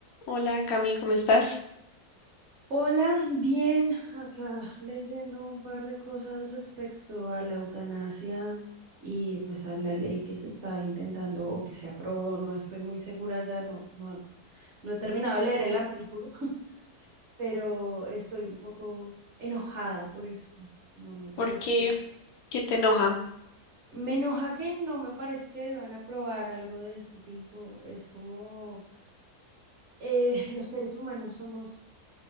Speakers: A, on the left (about 70°); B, on the right (about 55°).
A: Hola Cami, ¿cómo estás?
B: Hola, bien, acá leyendo un par de cosas respecto a la eutanasia y pues a la ley que se está intentando o que se aprobó, no estoy muy segura ya, no, no, no he terminado de leer el artículo, <laughs> pero estoy un poco enojada por esto. No me parece
A: ¿Por qué?
B: que,
A: ¿Qué te enoja?
B: me enoja que no me parece que deban aprobar algo de este tipo. Es como eh, los seres humanos somos